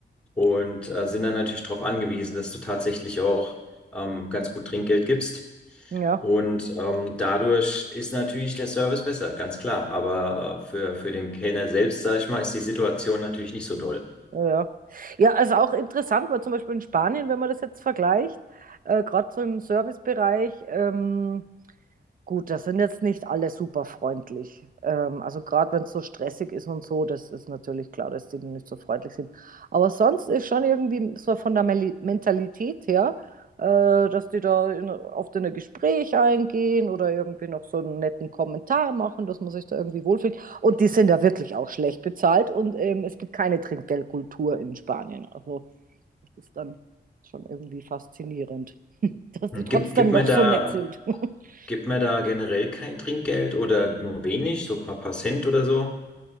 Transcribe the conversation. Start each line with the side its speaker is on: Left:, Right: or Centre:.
Centre: und äh, sind dann natürlich darauf angewiesen, dass du tatsächlich auch ähm, ganz gut Trinkgeld gibst.
Right: Ja,
Centre: Und ähm, dadurch ist natürlich der Service besser, ganz klar. Aber äh, für, für den Kellner selbst, sag ich mal, ist die Situation natürlich nicht so doll.
Right: ja. Ja, Ja, also auch interessant war zum Beispiel in Spanien, wenn man das jetzt vergleicht, äh, gerade so im Servicebereich. Ähm, Gut, das sind jetzt nicht alle super freundlich. Ähm, also gerade wenn es so stressig ist und so, das ist natürlich klar, dass die nicht so freundlich sind. Aber sonst ist schon irgendwie so von der Meli- Mentalität her, äh, dass die da in, oft in ein Gespräch eingehen oder irgendwie noch so einen netten Kommentar machen, dass man sich da irgendwie wohlfühlt. Und die sind da wirklich auch schlecht bezahlt und ähm, es gibt keine Trinkgeldkultur in Spanien. Also das ist dann schon irgendwie faszinierend, <laughs> dass
Centre: Hm.
Right: die trotzdem
Centre: Gibt, gibt
Right: noch
Centre: mir da,
Right: so nett sind. <laughs>
Centre: gibt mir da generell kein Trinkgeld oder nur wenig, so ein paar, paar Cent oder so?